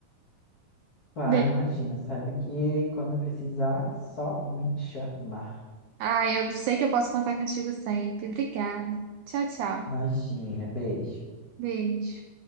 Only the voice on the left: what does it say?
Claro,
imagina, sabe que quando precisar, só me chamar.
Imagina, beijo.